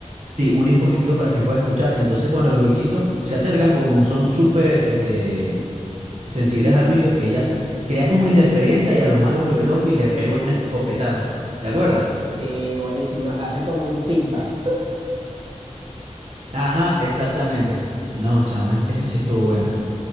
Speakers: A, on the right; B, on the right.
A: Sí, un dispositivo para que pueda escuchar. Entonces, cuando los bichitos se acercan, como son súper, este, sensibles
B: sencillo.
A: al ruido, ellas crean como una interferencia y a los malos los vuelve loco y le pega un escopetazo. ¿Te acuerdas?
B: Sí, buenísima, hace como un feedback.
A: Ajá, exactamente. No, chamo, es- esa sí estuvo buena.